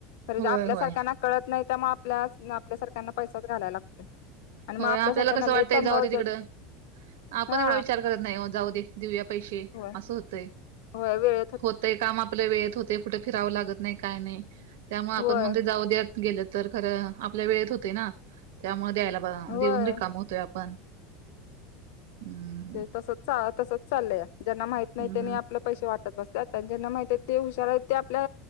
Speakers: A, on the left (about 60°); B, on the right (about 80°).
A: खर
B: होय
A: जे आपल्या
B: होय
A: सारख्यांना कळत नाइ त्यामुळ आपल्या आपल्या सारख्यांना पैसाच घालायला लागतोय. आणि मग
B: हो
A: आपल्यासारख्यांना
B: आपल्याला कसं
A: लय
B: वाटतंय
A: तंग
B: जाऊदे
A: होत्यात
B: तिकडं आपण
A: हा
B: एवढा विचार करत नाइ हो जाऊ दे देऊया पैसे
A: होय
B: असं होतय.
A: होय वेळ
B: होतय काम आपलं वेळेत होतेय कुठे फिरावं लागत नाही काय नाही त्यामुळे आपण
A: होय
B: म्हणतोय जाउद्यात. गेलं तर खरं आपल्या वेळेत होतय ना त्यामुळे द्यायला बघ
A: होय
B: देऊन रिकाम हुतोय आपण हम्म.
A: ते तसचा तसच. चालया ज्यांना माहित नाही
B: हम्म.
A: त्यांनी आपले पैसे वाटत बसत्यात आणि ज्यांना माहित ते हुशार आहेत ते आपल्या.